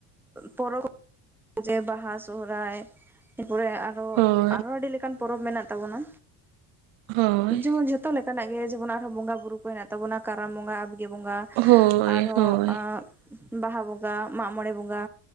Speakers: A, in the centre; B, on the right.
A: ᱯᱚᱨᱚᱵᱽ ᱡᱮ ᱵᱟᱦᱟ ᱥᱚᱦᱚᱨᱟᱭ ᱛᱟᱯᱚᱨᱮ ᱟᱨ ᱫᱚ,
B: ᱦᱳᱭ
A: ᱟᱨᱦᱚ ᱟᱹᱰᱤ ᱞᱮᱠᱟᱱ ᱯᱚᱨᱚᱵᱽ ᱢᱮᱱᱟᱜ ᱛᱟᱵᱚᱱᱟ,
B: ᱦᱳᱭ
A: ᱡᱮᱢᱚᱱ ᱡᱷᱚᱛᱚ ᱞᱮ ᱠᱟᱱᱟᱜ ᱜᱮ ᱡᱮᱢᱚᱱ, ᱟᱨᱦᱚᱸ ᱵᱚᱸᱜᱟ ᱵᱩᱨᱩ ᱠᱚ ᱦᱮᱱᱟᱜ ᱛᱟᱵᱚᱱᱟ ᱠᱟᱨᱟᱢ ᱵᱚᱸᱜᱟ, ᱟᱵᱜᱮ ᱵᱚᱸᱜᱟ,
B: ᱦᱳᱭ
A: ᱟᱨᱦᱚᱸ
B: ᱦᱳᱭ
A: ᱟᱸᱼᱼ ᱵᱟᱦᱟ ᱵᱚᱸᱜᱟ ᱢᱟᱜᱼᱢᱚᱬᱮ ᱵᱚᱸᱜᱟ